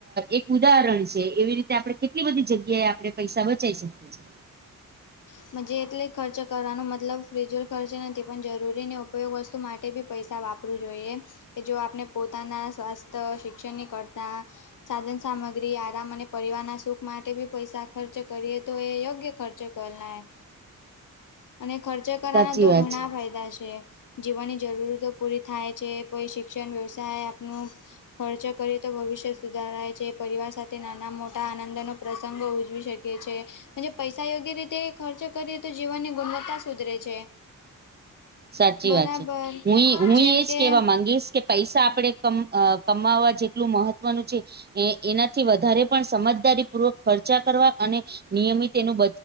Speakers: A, on the right (about 30°); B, on the left (about 65°).
A: એક ઉદાહરણ છે એવી રીતે આપડે કેટલી બધી જગ્યાએ આપણે પૈસા બચાઇ શકીએ છીએ.
B: <unintelligible> એટલે ખર્ચ કરવાનો મતલબ ફીઝુલ ખર્ચો નથી પણ જરૂરી ને ઉપયોગ વસ્તુ મા <unintelligible> બી પૈસા વાપરવું જોઈએ કે જો આપણે પોતાના સ્વાસ્થ્ય શિક્ષણની કરતા સાધન-સામગ્રી આરામ અને પરિવારના સુખ માટે બી પૈસા ખર્ચ કરીએ તો એ યોગ્ય ખર્ચ ગણા <unintelligible> અને ખર્ચો કરવાના
A: સાચી
B: તો
A: વાત
B: ઘણા
A: છે
B: ફાયદા છે. જીવનની જરૂરતો પૂરી થાય છે કોઈ શિક્ષણ વ્યવસાય આપણું ખર્ચો કરીએ તો ભવિષ્ય સુધારાય છે પરિવાર સાથે નાના મોટા આનંદનો પ્રસંગો ઉજવી શ કીએ છીએ અને જો પૈસા યોગ્ય રીતે ખર્ચો કરીએ તો જીવનની ગુણવત્તા સુધરે છે.
A: સાચી
B: બરાબર
A: વાત છે હુંય હુંય
B: જેમ
A: એજ
B: કે
A: કેવા માંગીશ કે પૈસા આપણે કમ કમાવવા જેટલું મહત્વ નું છે એનાથી વધારે પણ સમજદારી પૂર્વક ખર્ચા કરવા અને નિયમિત એનું